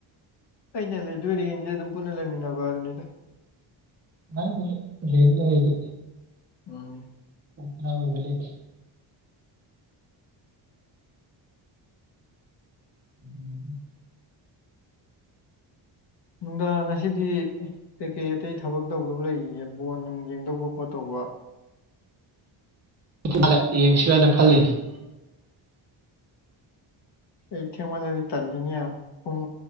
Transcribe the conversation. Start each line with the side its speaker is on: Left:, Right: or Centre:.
Left: ꯑꯩꯅ ꯂꯩꯗꯣꯏ ꯔꯦꯟꯁꯦ ꯑꯗꯨꯝ ꯄꯨꯟꯅ ꯂꯩꯃꯤꯟꯅꯕ ꯑꯗꯨꯅꯤꯗ
Right: ꯍꯗꯤ ꯌꯦꯂ ꯏꯗꯤ
Left: ꯎꯝ
Right: ꯑꯍꯥꯟꯕ ꯕꯦꯂꯤꯠ ꯎ
Left: ꯅꯨꯡꯗꯥꯡ ꯉ ꯑꯁꯤꯗꯤ ꯀꯩꯀꯩ ꯑꯇꯩ ꯊꯕꯛ ꯇꯧꯗꯧꯕ ꯂꯩꯔꯤꯒꯦ ꯕꯣꯟ ꯅꯨꯡ ꯌꯦꯡꯗꯧꯕ ꯈꯣꯠꯇꯧꯕ
Right: ꯃꯥꯜꯂꯦ ꯌꯦꯡꯁꯤꯔꯅ ꯈꯜꯂꯤꯅꯤ
Left: ꯑꯩ ꯊꯦꯡꯃꯜꯂꯗꯤ ꯇꯜꯂꯤꯅꯦ ꯄꯨꯡ